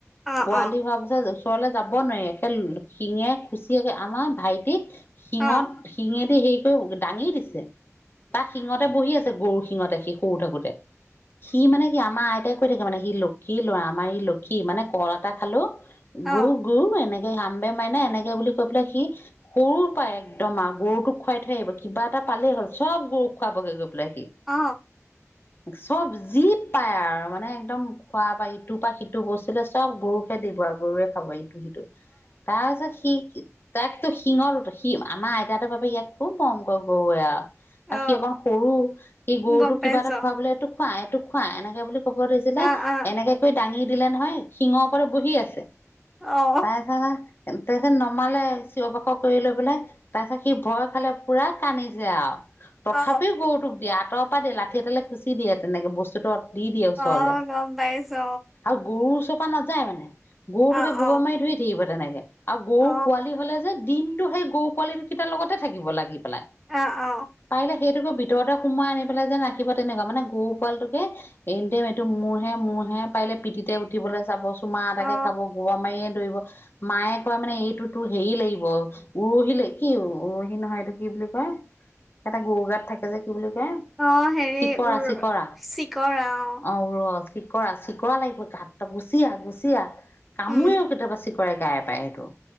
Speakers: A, in the centre; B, on the left.
A: অ
B: পোৱালি
A: অ
B: ভাবছা ওচৰলৈ যাব নোৱাৰি একে শিঙে খুচি একে আমাৰ ভাইটিক শিঙত
A: অ অ
B: শিঙেদি সেই টো দাঙি দিছে তাক শিঙতে বহি আছে গৰু শিঙতে সি সৰু থাকোতে সি মানে কি আমাৰ আইতাই কৈ থাকে মানে সি লক্ষ সি ল'ৰা আমাৰ এই লক্ষী মানে কল এটা খালো
A: অ অ
B: গো গু এনেক হাম বে মাৰে নে এনেকে বুলি কৈ পেলাই সি সৰু পায় একদম আৰু গৰুটোক খুৱাই থৈ আহিব কিবা এটা পালেই হ'ল চব গৰু খোৱাবো গে গৈ পেলাই সি
A: অ
B: চব যি পায় আৰু মানে একদম খোৱা পৰা ইটো পৰা সিটো বস্তুলৈ চব গৰুকে দিব আৰু গৰুৱে খাব ইটো সিটো তাৰ পিছত সি তাইকতো শিঙৰত শিঙ আমাৰ আইতাহঁতে ভাবে ইয়াক খুব মৰম কৰে গৰুৱে আৰু আৰ
A: অ
B: সি সি অকন সৰু সি গৰুটো
A: গম
B: কিবা
A: পাইছো
B: এটা খোৱা বলে এইটো খোৱা টো খোৱা এনেকে বুলি কব ধৰিছিলে
A: আহ আহ
B: এনেকে কৈ দাঙি দিলে নহয় শিঙৰ ওপৰত বহি আছে
A: অ
B: তাৰপিছত আৰ তাৰ পিছত নমালে চিঞবাখৰ কৰিলে বোলে তাৰ পিছত সি ভয় খালে পুৰা কান্ধিছে আৰু তথাপিও
A: অ
B: গৰুটোক দিয়াত আঁতৰৰ পৰা দিয়ে লাঠি এডালে খুচি দিয়ে তেনেকে বস্তুটো দি দিয়ে ওচৰলে
A: অ' গম পাইছো
B: আৰু গৰু ওচৰৰ পৰা নাযায় মানে গৰুটোকে
A: অ
B: গোবা
A: অ
B: মাৰি ধৰি থাকিব তেনেকৈ <inaudible> আৰু গৰু
A: অ
B: পোৱালি হ'লে যে দিন কিন্তু সেই গৰু পোৱালি কেইটা লগতে থাকিব লাগি পেলাই।
A: অঁ' অঁ'
B: পাৰিলে সেইটোকে ভিতৰতে সুমুৱাই আনি পেলাই যেন ৰাখিব তেনেকুৱা মানে, গৰু পোৱালটোকে এনিটাইম এইটো মোৰহে মোৰহে, পাৰিলে পিঠিতে উঠিবলৈ চাব, চুমা এটাকে
A: অ অ
B: খাব গৌপা মাৰিয়ে ধৰিব, মায়ে কয় মানে এইটোতো হেৰি লাগিব, উৰহি কি উৰহি নহয় এইটো কি বুলি কয় এটা গৰু গাত থাকে যে কি বুলি কয়
A: অঁ' হেৰি
B: চিকৰা
A: উৰ
B: চিকৰা
A: চিকৰা অঁ'
B: অ ৰ চিকৰা চিকৰা লাগিবই গাত গুচিআঁহ গুচিআঁহ কামোৰেও
A: উম
B: কেতিয়াবা চিকৰাই গাই টায়ে এইটো।